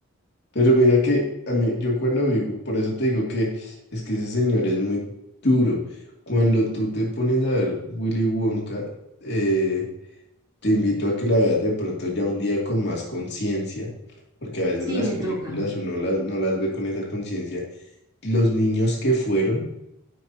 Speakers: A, on the left; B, on the right.
A: Pero mira que a mí, yo cuando vivo, por eso te digo que es que ese señor es muy duro. Cuando tú te pones a ver Willy Wonka, eh, te invito a que la veas de pronto ya un día con más conciencia, porque a veces
B: Sí,
A: las
B: me
A: películas
B: toca.
A: uno las, no las ve con esa conciencia. Los niños que fueron.